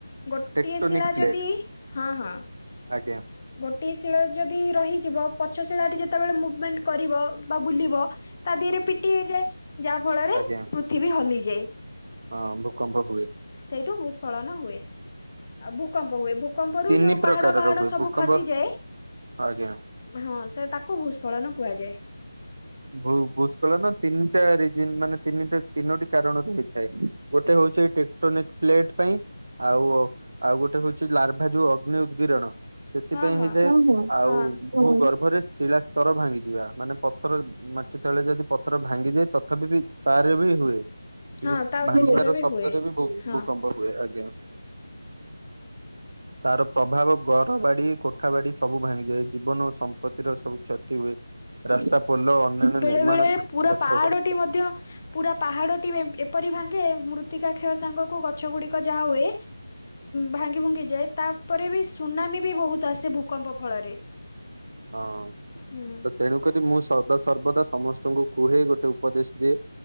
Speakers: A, on the left (about 35°); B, on the right (about 60°).
A: ଗୋଟିଏ
B: ଟେକ୍ଟୋନିକ
A: ଶିଳା
B: ପ୍ଲେଟ
A: ଯଦି ହଁ ହଁ।
B: ଆଜ୍ଞା।
A: ଗୋଟିଏ ଶିଳା ଯଦି ରହିଯିବ ପଛ ଶିଳାଟି ଯେତେବେଳେ ମୁଭମେଣ୍ଟ କରିବ ବା ବୁଲିବ ତା ଦିରେ ପିଟି ହେଇଯାଏ। ଯାହା ଫଳରେ
B: ଆଜ୍ଞା।
A: ପୃଥିବୀ ହଲିଯାଏ।
B: ହଁ ଭୂକମ୍ପ ହୁଏ
A: ସେଇଠୁ ଭୂସ୍ଫଳନ ହୁଏ ଆଉ ଭୂକମ୍ପ ହୁଏ ଭୂକମ୍ପରୁ
B: ତିନି
A: ଯୋଉ
B: ପ୍ରକାରର
A: ପାହାଡ ପାହାଡ
B: ହୁଏ
A: ସବୁ
B: ଭୂକମ୍ପ
A: ଖସିଯାଏ
B: ଆଜ୍ଞା।
A: ହଁ ସେ ତାକୁ ଭୂସ୍ଫଳନ କୁହାଯାଏ।
B: ଭୁ ଭୂସ୍କଳନ ତିନିଟା ରିଜିନି ମାନେ ତିନିଟା ତିନୋଟି କାରଣ ରୁ ହେଇଥାଏ। ଗୋଟେ ହଉଚି ଟେଟୋନିକ୍ ପ୍ଲେଟ ପାଇଁ। ଆଉ ଆଉ ଗୋଟେ ହଉଛି ଲାର୍ଭା ଯୋଉ ଅଗ୍ନି ଉଦ୍ଗିରଣ। ସେଥିପାଇଁ
A: ହଁ ହଁ
B: ହେଇଥାଏ ଆଉ
A: ହଁ
B: ଭୂ ଗର୍ଭରେ ଶିଳା ସ୍ତର ଭାଙ୍ଗି ଯିବା ମାନେ ପ ପଥର ମାଟି ତଳେ ଯଦି ପଥର ଭାଙ୍ଗିଯାଏ ତଥାପି ବି ତାର ବି ହୁଏ। ସେ
A: ହଁ
B: ଯୋଉ
A: ତା ଉଦ୍ଦେଶ୍ୟରେ
B: ଭାଙ୍ଗିବାର
A: ବି
B: ଶବ୍ଦରେ
A: ହୁଏ
B: ବି ଭୂ
A: ହଁ।
B: ଭୂକମ୍ପ ହୁଏ ଆଜ୍ଞା। ତାର ପ୍ରଭାବ ଘର ବାଡି କୋଠା ବାଡି ସବୁ ଭାଙ୍ଗିଯାଏ ଜୀବନ ଓ ସମ୍ପତ୍ତି ର ସବୁ କ୍ଷତି ହୁଏ। ରାସ୍ତା ପୋଲ ଅନ୍ୟାନ୍ୟ
A: ବେଳେ
B: ନିର୍ମାଣ
A: ବେଳେ
B: କ୍ଷତିଗ୍ରସ୍ତ
A: ପୁରା ପାହାଡଟି
B: ହୁଏ
A: ମଧ୍ୟ ପୁରା ପାହାଡ଼ଟି ଏମ୍ ଏପରି ଭାଙ୍ଗେ ମୃତ୍ତିକା କ୍ଷୟ ସାଙ୍ଗକୁ ଗଛ ଗୁଡ଼ିକ ଯାହା ହୁଏ ଭାଙ୍ଗି ଭୁଙ୍ଗି ଯାଏ ତାପରେ ବି ସୁନାମି ବି ବହୁତ ଆସେ ଭୂକମ୍ପ ଫଳରେ।
B: ହଁ
A: ହୁଁ
B: ତ ତେଣୁକରି ମୁଁ ସ ସଦା ସର୍ବଦା ସମସ୍ତଙ୍କୁ କୁହେଇ ଗୋଟେ ଉପଦେଶ ଦିଏ